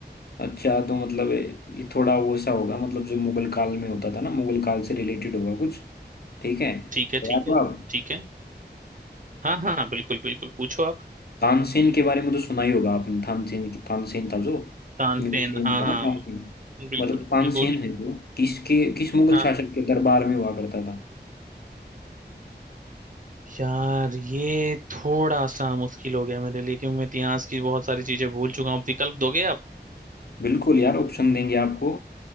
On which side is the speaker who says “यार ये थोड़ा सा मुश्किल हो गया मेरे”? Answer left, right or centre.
Right